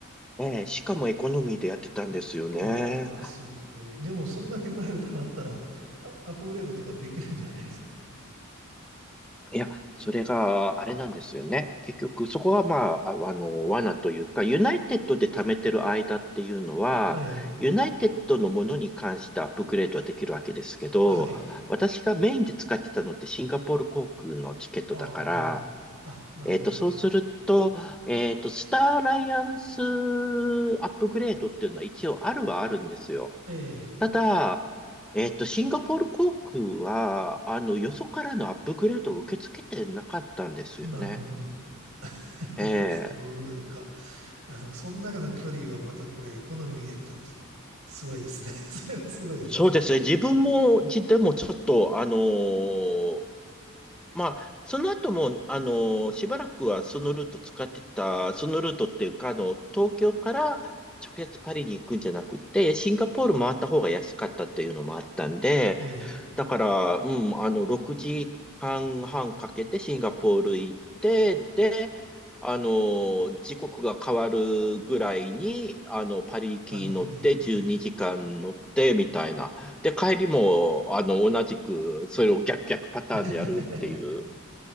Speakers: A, in the centre; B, on the right.
A: えしかもエコノミーでやってたんですよね。
B: ああ、すごい。でもそんだけマイル貯まったら、あアップグレードとかできるんじゃないですか。
A: いや、それがあれなんですよね。結局、そこはまあ、ああの、罠というか、ユナイテッドで貯めてる間っていうのは、
B: ええ、
A: ユナイテッドのものに関してアップグレードはできるわけですけど、
B: はい。
A: 私がメインで使ってたのってシンガポール航空のチケットだから、
B: ああ、あ、なるほど。
A: えっと、そうすると、えっと、スターアライアンスアップグレードっていうのは一応あるはあるんですよ。
B: え
A: ただ、えっと、シンガポール航空は、あの、よそからのアップグレードを受け付けてなかったんですよね。
B: え、なるほど。<laughs>
A: ええ、
B: あそうか。いや、でも、その中の距離をまたこれ、エコノミーで言っても、すすごいですね。<laughs> それはすごいですね。
A: そうですね。自分も、じ、でもちょっと、あのーまあ、その後も、あの、しばらくはそのルート使ってた、そのルートっていうか、あの、東京から直接パリに行くんじゃなくて、シンガポール回った方が安かったっていうのもあったんで、
B: ええ、
A: だから、うん、あの、6時間半かけてシンガポール行って、で、あの、時刻が変わるぐらいに、あの、パリ行き乗って12時間乗ってみたいな。
B: パリ行ネって。
A: で、帰りも、あの、同じく、それを逆逆パターンでやるっていう。
B: <laughs>